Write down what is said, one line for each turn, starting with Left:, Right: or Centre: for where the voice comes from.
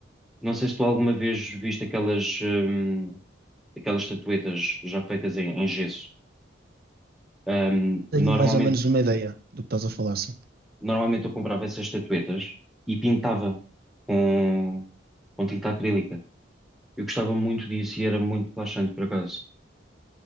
Centre: Não sei se tu alguma vez viste aquelas, hum, aquelas estatuetas já feitas em, em gesso. Hum,
Right: Tenho
Centre: normalmente,
Right: mais ou menos uma ideia do que estás a falar, sim.
Centre: normalmente eu comprava essas estatuetas e pintava com, com tinta acrílica. Eu gostava muito disso e era muito relaxante, por acaso.